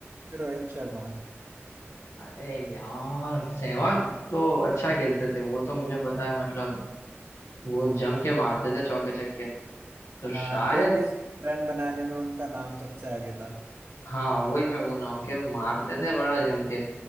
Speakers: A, on the right; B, on the left.
A: रोहित शर्मा
B: अरे यार सहवाग तो अच्छा खेलते थे वो तो मुझे पता है मतलब वो जम के मारते थे चौके छक्के तो
A: हाँ
B: शायद
A: तेईस रन बनाने में उनका नाम सबसे आगे था
B: हाँ वही मैं बोल रहा हूँ कि वो मारते थे बड़ा जम के